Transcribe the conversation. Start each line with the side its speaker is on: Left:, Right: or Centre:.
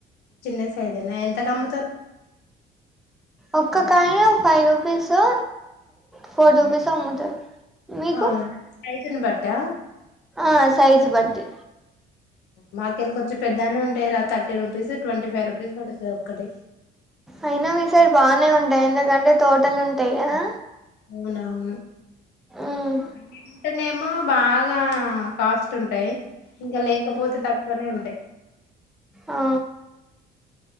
Left: చిన్నసాఇజేనా ఎంతకమ్
Centre: ఒక్క కాయిన్ ఫైవ్ రూపీస్ ఓ ఫోర్ రూపీసో అమ్ముతుంది మీకు
Left: అవునా సైజుని బట్టా
Centre: ఆ సైజు బట్టి
Left: మాకెళ్ళ కొంచెం పెద్దనే ఉంటాయి రా thirty rupees twenty five rupees పడుతుది ఒక్కటి
Centre: అయినా మీసైడ్ బానే ఉంటాయి ఎందుకంటే తోటలు ఉంటాయిగదా
Left: అవునవును
Centre: ఉమ్
Left: అంటేనేమో బాగా కాస్ ఉంటాయి ఇంకా లేకపోతే తక్కువనే ఉంటాయి
Centre: ఆ